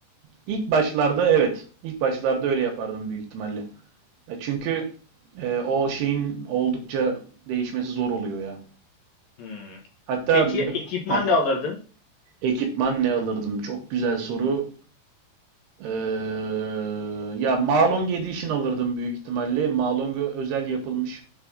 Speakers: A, on the right (about 70°); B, on the left (about 65°).
A: İlk başlarda evet, ilk başlarda öyle yapardım büyük ihtimalle. E, çünkü e, o şeyin oldukça değişmesi zor oluyor ya.
B: Hmm.
A: Hatta
B: Peki ekipman
A: heh,
B: ne alırdın?
A: Ekipman ne alırdım? Çok güzel soru. Ee, ya Malong Edition alırdım büyük ihtimalle. Malong'a özel yapılmış